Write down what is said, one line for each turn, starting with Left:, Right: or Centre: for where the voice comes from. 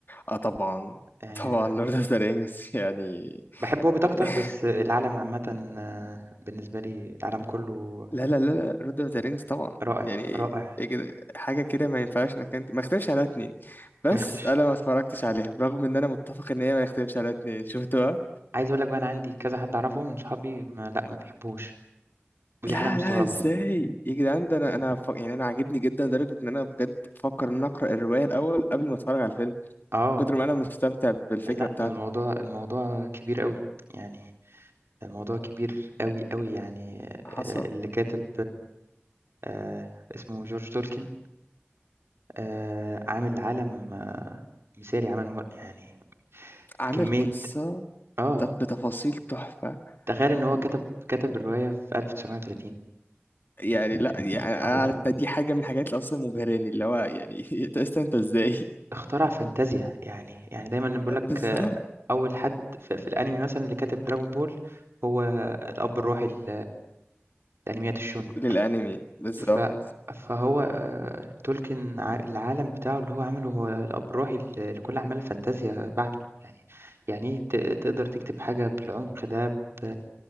Left: اه طبعا
Right: يعني
Left: طبعا لورد اوف ذا رينجز يعني
Right: باحب Hobbit
Left: <laughs>
Right: أكتر، بس العالم عامةً آه، بالنسبة لي العالم كله
Left: لا لا لا لا لورد اوف ذا رينجز طبعا
Right: رائع،
Left: يعني
Right: رائع
Left: إيه كده حاجه كده ما ينفعش انك انت ما يختلفش عليها اتنين بس
Right: ما يختلفش.
Left: انا ما اتفرجتش عليها برغم ان انا متفق ان هي ما يختلفش عليها اتنين شفتوها
Right: عايز أقول لك بقى أنا عندي كذا حد أعرفه من صحابي ما لأ، ما بيحبوهوش، ودي
Left: لا
Right: حاجة أنا مستغربها.
Left: لا ازاي يا جدعان ده انا انا ف... يعني انا عاجبني جدا لدرجه ان انا بجد بفكر ان أنا اقرا الروايه الاول قبل ما اتفرج على الفيلم
Right: آه،
Left: من كتر ما انا مستمتع بالفكره
Right: لأ،
Left: بتاعته
Right: الموضوع الموضوع كبير أوي، يعني الموضوع كبير أوي، أوي يعني آآ
Left: حصل
Right: اللي كاتب آآ اسمه جورج تولكين آآ عامل عالم آه، مثالي، عامل م يعني
Left: عامل
Right: كمية
Left: قصه
Right: آه،
Left: ط- بتفاصيل تحفه
Right: تخيل إن هو
Left: و...
Right: كتب كتب الرواية في 1930
Left: يعني لا يعني أنا
Right: هو
Left: ده دي حاجه من الحاجات اللي اصلا مبهراني اللي هو يعني <laughs> انت أصلاً انت ازاي
Right: اخترع فانتازيا، يعني يعني دايمًا بيقول لك
Left: بالظبط
Right: آه، أول حد في في الأنمي مثلًا اللي كاتب دراجون بول هو الأب الروحي ل لأنميات الشونن.
Left: للانمي بالظبط
Right: ف فهو آآ Tolkien ع العالم بتاعه اللي هو عمله هو الأب الروحي ل لكل أعمال الفانتازيا بعده، يعني يعني إيه ت تقدر تكتب حاجة بالعمق ده ب